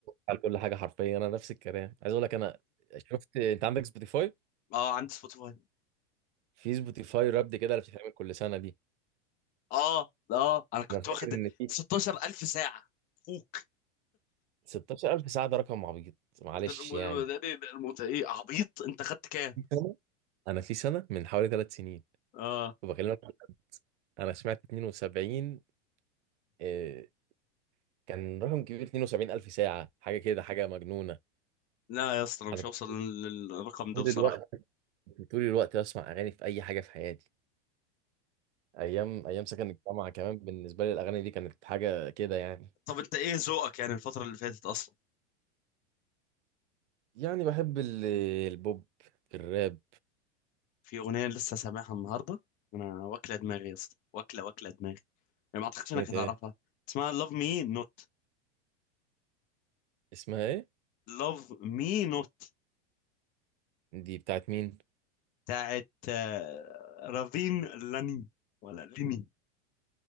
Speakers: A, on the right; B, on the left.
A: على كل حاجة حرفيا أنا نفس الكلام عايز أقول لك أنا شفت أنت عندك سبوتيفاي
B: اه عندي سبوتيفاي
A: في سبوتيفاي رابد كده اللي بتتعمل كل سنه دي
B: اه اه انا كنت
A: انا فاكر
B: واخد
A: ان في
B: 16000 ساعه فوك
A: 16000 ساعه ده رقم عبيط معلش
B: ده الم-
A: يعني
B: ده- ده- ده الم- ايه عبيط انت خدت كام
A: في سنة؟ انا في سنه من حوالي ثلاث سنين
B: اه
A: وبكلمك انا سمعت 72 آه، كان رقم كبير 72000 ساعه حاجه كده حاجه مجنونه
B: لا يا اسطى انا مش
A: انا كنت
B: هوصل لل- للرقم ده
A: طول
B: بصراحه
A: الوقت طول الوقت بسمع اغاني في اي حاجه في حياتي ايام ايام سكن الجامعه كمان بالنسبه لي الاغاني دي كانت حاجه كده يعني
B: طب انت ايه ذوقك يعني الفتره اللي فاتت اصلا
A: يعني بحب ال- البوب الراب
B: في اغنيه لسه سامعها النهارده انا واكله دماغي يا اسطى واكله واكله دماغي يعني ما اعتقدش
A: اغنيه
B: انك هتعرفها
A: ايه
B: اسمها Love Me Not
A: اسمها ايه
B: Love Me Not
A: دي بتاعت مين
B: بتاعت آه، رافين لاني ولا ليني